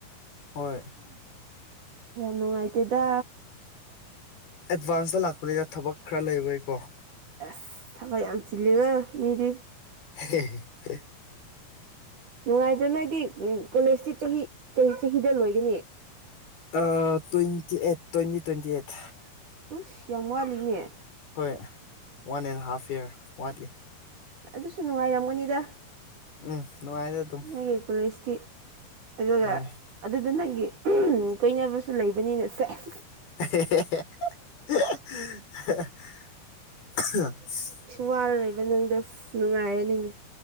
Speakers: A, on the left (about 70°); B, on the right (about 55°).
A: ꯍꯣꯏ
B: ꯌꯥꯝ ꯅꯨꯡꯉꯥꯏꯇꯦꯗ
A: ꯑꯦꯗꯚꯥꯟꯁꯇ ꯂꯥꯛꯄꯅꯤꯅ ꯊꯕꯛ ꯈꯔ ꯂꯩꯕꯩꯀꯣ
B: ꯑꯦꯁ ꯊꯕꯛ ꯌꯥꯝ ꯆꯤꯜꯂꯤꯉ‌ꫭ ꯃꯤꯗꯤ
A: ꯍ <unintelligible>
B: ꯅꯨꯡꯉꯥꯏꯕ꯭ꯔꯥ ꯅꯣꯏꯗꯤ ꯀꯣꯂꯦꯖꯇꯤ ꯆꯍꯤ ꯀꯩ ꯆꯍꯤꯗ ꯂꯣꯏꯒꯅꯤ
A: ꯑꯥ twenty eight twenty twenty eight
B: ꯎꯨꯁ ꯌꯥꯝ ꯋꯥꯠꯂꯤꯅꯦ
A: ꯍꯣꯏ ꯋꯥꯟ ꯑꯦꯟ ꯍꯥꯐ ꯏꯌꯥꯔ ꯋꯥꯠꯂꯤ
B: ꯑꯗꯨꯁꯨ ꯅꯨꯡꯉꯥꯏꯔꯝꯒꯅꯤꯗ
A: ꯎꯝ ꯅꯨꯡꯉꯥꯏꯗ ꯑꯗꯨꯝ
B: ꯑꯩꯒꯤ ꯀꯣꯂꯦꯖꯇꯤ ꯑꯗꯨꯒ
A: ꯍꯣꯏ
B: ꯑꯗꯨꯗ ꯅꯪꯒꯤ ꯀꯣꯏꯅꯕꯁꯨ ꯂꯩꯕꯅꯤꯅ ꯁꯦꯁ
A: <unintelligible>
B: ꯋꯥꯔꯣꯏꯕ ꯅꯪꯗꫭ ꯅꯨꯡꯉꯥꯏꯔꯅꯤꯅꯦ